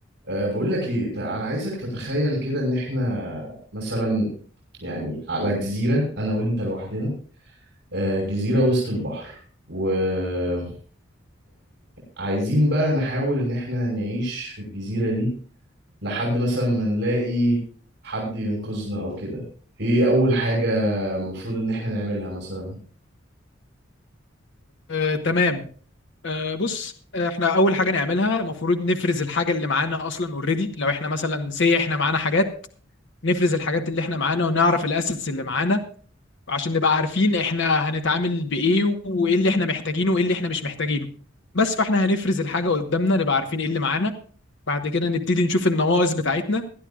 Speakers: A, on the right; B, on the left.
A: أه بقول لك ايه تع- انا عايزك تتخيل كده ان احنا مثلا يعني على جزيرة انا وانت لوحدنا أه جزيرة وسط البحر ويعني عايزين بقى نحاول ان احنا نعيش في الجزيرة دي لحد مثلا ما نلاقي حد ينقذنا او كده ايه اول حاجة المفروض ان احنا نعملها مثلا
B: آه، تمام آه، بص آه، احنا اول حاجه نعملها المفروض نفرز الحاجه اللي معانا اصلا اوريدي لو احنا مثلا سي احنا معانا حاجات نفرز الحاجات اللي احنا معانا ونعرف الاسيتس اللي معانا عشان نبقى عارفين احنا هنتعامل بايه وايه اللي احنا محتاجينه وايه اللي احنا مش محتاجينه بس فاحنا هنفرز الحاجه قدامنا نبقى عارفين ايه اللي معانا بعد كده نبتدي نشوف النواقص بتاعتنا